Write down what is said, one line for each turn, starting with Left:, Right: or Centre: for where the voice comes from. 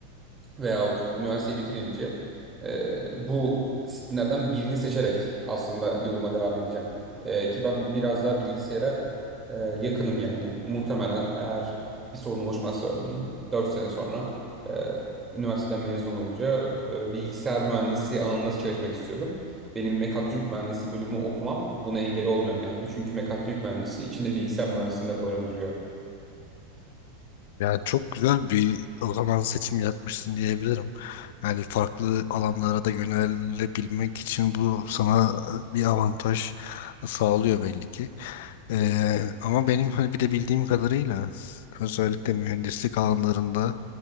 Right: veyahut üniversiteyi bitirince e, bu disiplinlerden birini seçerek aslında yoluma devam edeceğim. E, ki ben biraz daha bilgisayara e, yakınım yani. Muhtemelen eğer bir sorun oluşmazsa örneğin 4 sene sonra e, üniversiteden mezun olunca e, bilgisayar mühendisi alanında çalışmak istiyorum. Benim mekatronik mühendisi bölümü okumam buna engel olmuyor yani. Çünkü mekatronik mühendisi içinde bilgisayar mühendisini de barındırıyor.
Left: Yani çok güzel bir o zaman seçim yapmışsın diyebilirim. Yani farklı alanlara da yönelebilmek için bu sana e, bir avantaj sağlıyor belli ki. Ee, ama benim hani bir de bildiğim kadarıyla özellikle mühendislik alanlarında